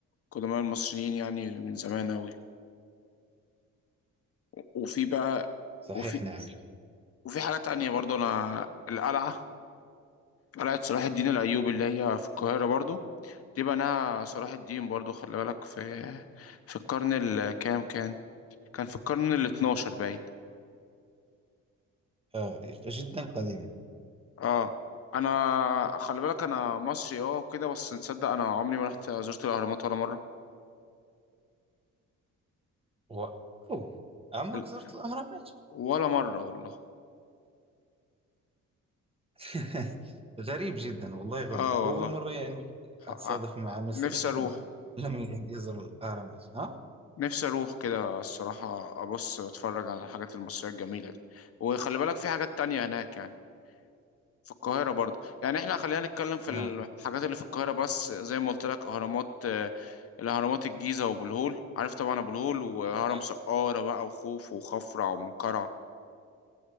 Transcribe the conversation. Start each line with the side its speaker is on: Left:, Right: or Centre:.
Left: قدماء المصريين يعني من زمان اوي و- وفي بقى
Right: صحيح
Left: وفي
Right: نعم
Left: وفي حاجة تانية برضه أنا القلعة قلعة صلاح الدين الأيوبي اللي هي في القاهرة برضو دي بناها صلاح الدين برضو خلي بالك في في القرن الكام كان كان في القرن الاتناشر باين
Right: آه جدا قديمة
Left: اه انا خلي بالك انا مصري اه وكده بس نصدق انا عمري ما رحت زرت الاهرامات ولا مرة
Right: وكوم عمرك
Left: ال-
Right: زرت الأهرامات؟
Left: ولا مرة والله
Right: <laughs> غريب جدا والله غريب
Left: اه
Right: أول
Left: والله
Right: مرة يعني
Left: ح-
Right: أتصادف
Left: ع-
Right: مع مصري
Left: نفسي
Right: لم
Left: اروح
Right: لم يزر الأهرامات ها؟
Left: نفسي اروح كده الصراحة ابص واتفرج على الحاجات المصرية الجميلة دي وخلي بالك في حاجات تانية هناك يعني في القاهرة برضه يعني احنا خلينا نتكلم في
Right: نعم
Left: الحاجات اللي في القاهرة بس زي ما قلت لك اهرامات آه، الاهرامات الجيزة وابو الهول عارف طبعا ابو الهول وهرم
Right: آه.
Left: سقارة بقى وخوف وخفرع ومنقرع